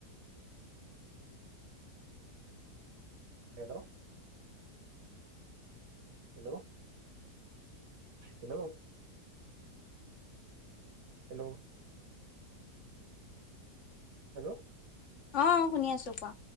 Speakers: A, on the right; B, on the left.
A: hello. Hello, hello hello. Hello.
B: অঁ শুনি আছোঁ কোৱা?